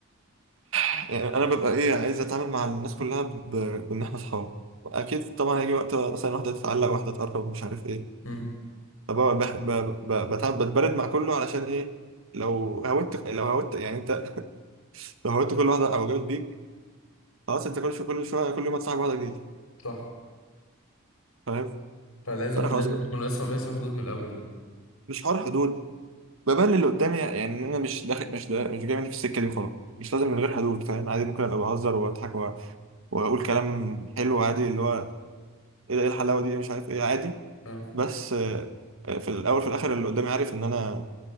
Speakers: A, on the right; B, on the left.
A: يعني انا ببقى ايه عايز اتعامل مع الناس كلها ب- بان احنا اصحاب اكيد طبعا هيجي وقت مثلا واحده تتعلق واحده تقرب مش عارف ايه
B: مم.
A: فب- بح- ب- ب- بتعب- بتبرد مع كله علشان ايه لو هودت لو هودت يعني انت لو هودت كل واحده او جابت بيك خلاص انت كل شويه كل شويه كل يوم هتصاحب واحده جديده
B: صح
A: فاهم
B: فلازم
A: فانا
B: لازم
A: خلاص بقى
B: تكون راسم راسم حدود من الاول يعني
A: مش حوار حدود ببلل اللي قدامي يعني ان انا مش داخل مش دا مش جاي مني في السكه دي وخلاص مش لازم من غير حدود فاهم عادي ممكن ابقى بهزر واضحك و- واقول كلام حلو عادي اللي هو ايه ده؟ إيه الحلاوه دي إيه مش عارف ايه عادي
B: اه
A: بس آه، آه، في الاول في الاخر اللي قدامي عارف ان انا